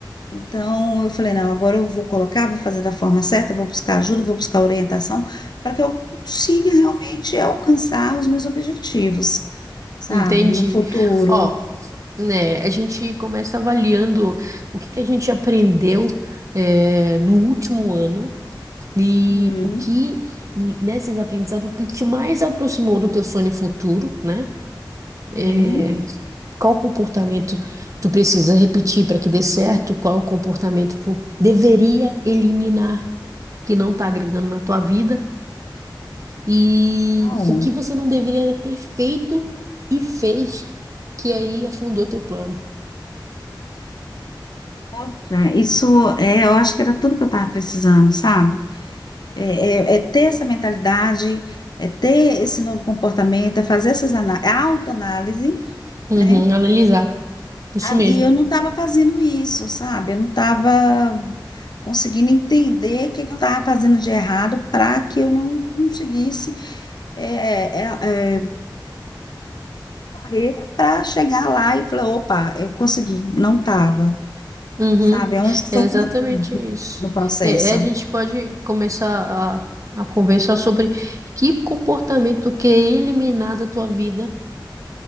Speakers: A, on the left; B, on the right.
A: Então, eu falei, não, agora eu vou colocar, vou fazer da forma certa, vou buscar ajuda, vou buscar orientação, para que eu consiga realmente alcançar os meus objetivos, sabe?
B: Entende?
A: No futuro.
B: Ó, né, a gente começa avaliando o que que a gente aprendeu, é, no último ano E
A: Hum,
B: o que, e nesses aprendizados, o que te mais aproximou do teu sonho futuro, né? É,
A: sim,
B: qual comportamento tu precisa repetir para que dê certo? Qual comportamento tu deveria eliminar que não está agregando na tua vida? E
A: que legal.
B: o que você não deveria ter feito e fez que aí afundou teu plano?
A: Poxa, isso é, eu acho que era tudo que eu estava precisando, sabe? É, é- é ter essa mentalidade, é ter esse novo comportamento, é fazer essas ana- é autoanálise,
B: Uhum,
A: né?
B: analisar, isso
A: Ah,
B: mesmo.
A: E eu não estava fazendo isso, sabe? Eu não estava. conseguindo entender o que, que eu estava fazendo de errado para que eu não conseguisse é, é, é, correr para chegar lá e falar, opa, eu consegui, não estava,
B: Uhum.
A: sabe? É Onde que foi
B: É exatamente
A: que eu errei
B: isso.
A: no processo?
B: É, é, a gente pode começar a, a conversar sobre que comportamento quer eliminar da tua vida